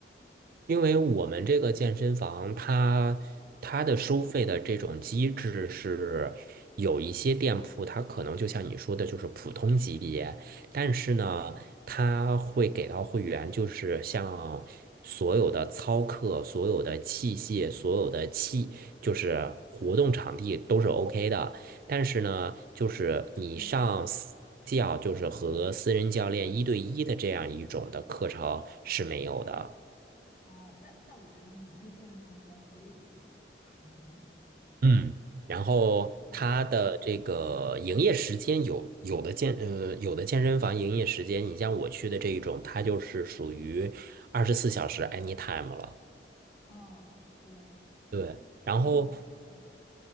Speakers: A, on the right; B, on the left.
A: 因为我们这个健身房它，它的收费的这种机制是有一些店铺，它可能就像你说的，就是普通级别，但是呢，它会给到会员，就是像所有的操课、所有的器械、所有的器，就是活动场地都是 OK 的，但是呢，就是你上私教，
B: 嗯
A: 就是和私人教练一对一的这样一种的课程是没有的。
B: 啊，那那我觉得你那个健身房比较合理一点，<laughs>
A: 嗯然后它的这个营业时间有有的健呃有的健身房营业时间，
B: 嗯
A: 你像我去的这一种，它就是属于二十四小时 anytime 了。
B: 啊，对，
A: 对，
B: 这这种还比较好，
A: 然后